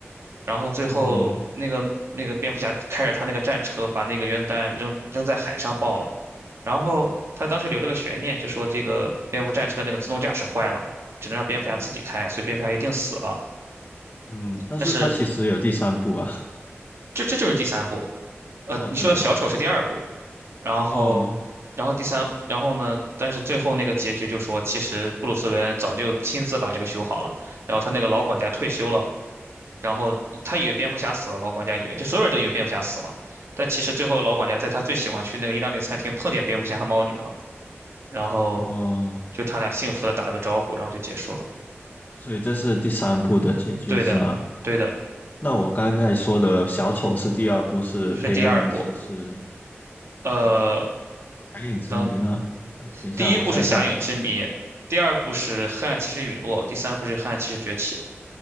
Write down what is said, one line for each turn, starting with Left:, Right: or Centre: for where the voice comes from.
Right: 然后最后那个那个蝙蝠侠开着他那个战车，
Left: 哦，
Right: 把那个原子弹扔扔在海上爆了。然后他当时留了个悬念，就说这个蝙蝠战车那个自动驾驶坏了，只能让蝙蝠侠自己开，
Left: 嗯
Right: 所以蝙蝠侠一定死了。
Left: 嗯，但是它其实有第三部啊。
Right: 但是这这就是第三部，呃，
Left: 哦，
Right: 你说的小丑是第二部，
Left: 对，
Right: 然后然后第三，
Left: 哦
Right: 然后呢？但是最后那个结局就说，其实布鲁斯韦恩早就亲自把这个修好了，然后他那个老管家退休了，然后他以为蝙蝠侠死了，老管家以为就所有人都以为蝙蝠侠死了，但其实最后老管家在他最喜欢去那个意大利餐厅碰见蝙蝠侠和猫女了，然后
Left: 哦，
Right: 就他俩幸福的打了个招呼，然后就结束了。
Left: 所以这是第三部的结局是吗？
Right: 对的，对的，
Left: 那我刚才说的小丑是第二部，是黑暗骑士，
Right: 是第二部。呃，
Left: 哦，蓝影之谜吗？
Right: 等
Left: 还等一下，
Right: 第一部是《侠影之谜》，
Left: 我想想，
Right: 第二部是《黑暗骑士陨落》，第三部是《黑暗骑士崛起》。